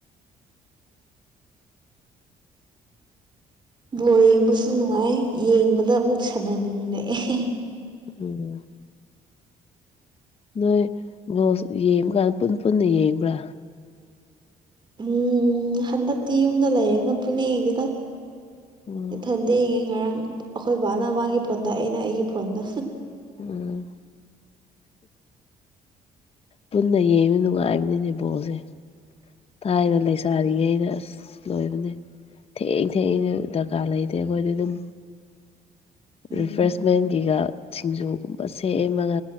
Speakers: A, on the right (about 35°); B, on the left (about 40°).
A: ꯕꯣꯜ ꯌꯦꯡꯕꯁꯨ ꯅꯨꯡꯉꯥꯏ ꯌꯦꯡꯕꯗ ꯑꯃꯨꯛ ꯁꯥꯟꯅꯅꯤꯡ <unintelligible>
B: ꯎꯝ ꯅꯣꯏ ꯕꯣꯜꯁ ꯌꯦꯡꯕ ꯀꯥꯟ ꯄꯨꯟ ꯄꯨꯟꯅ ꯌꯦꯡꯕ꯭ꯔꯥ
A: ꯎꯝ ꯍꯟꯗꯛꯇꯤ ꯌꯨꯝꯗ ꯂꯩꯌꯦꯅ ꯄꯨꯟꯅ ꯌꯦꯡꯗꯦꯗ
B: ꯎꯝ
A: ꯏꯊꯟ <unintelligible> ꯉꯔꯥꯡ ꯑꯩꯈꯣꯏ ꯕꯥꯅ ꯃꯥꯒꯤ ꯐꯣꯟꯗ ꯑꯩꯅ ꯑꯩꯒꯤ ꯐꯣꯟꯗ
B: ꯎꯝ ꯄꯨꯟꯅ ꯌꯦꯡꯕ ꯅꯨꯡꯉꯥꯏꯕꯅꯤꯅꯦ ꯕꯣꯜꯖꯦ ꯊꯥꯏꯅ ꯂꯩꯁꯥꯔꯤ ꯉꯩꯗ ꯑꯁ ꯂꯣꯏꯕꯅꯦ ꯊꯦꯡ ꯊꯦꯡꯅ ꯗꯔꯀꯥꯔ ꯂꯩꯇꯦ ꯑꯈꯣꯏꯗꯤ ꯑꯗꯨꯝ
A: ꯎꯝ
B: ꯔꯤꯐ꯭ꯔꯦꯁꯃꯦꯟꯒꯤꯒ ꯁꯤꯡꯖꯨꯒꯨꯝꯕ ꯁꯦꯝꯃꯒ